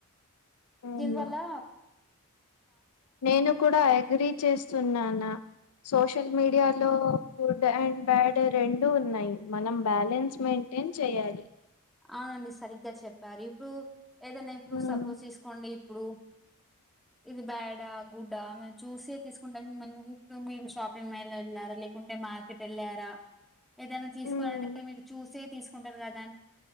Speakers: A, on the left; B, in the centre.
A: అవునా
B: దీనివల్ల
A: నేను కూడా అగ్రి చేస్తున్నానా సోషల్ మీడియాలో గుడ్ అండ్ బ్యాడ్ రెండు ఉన్నాయి మనం బ్యాలెన్స్ మెయి టేన్ చేయాలి
B: అవునండి సరిగ్గా చెప్పారు ఇప్పుడు ఏదైనా ఇప్పుడు
A: ఉమ్,
B: సపోజ్ తీసుకోండి ఇప్పుడు ఇది బ్యాడా గుడ్డా మేము చూసే తీసుకుంటాం ఇప్పుడు మీ షాపింగ్ మల్ వెళ్ళాల లేకుంటే మార్కెట్ వెళ్ళారా ఏదైనా తీసుకోవాలంటే
A: ఉమ్,
B: మీరు చూసే తీసుకుంటారు కదా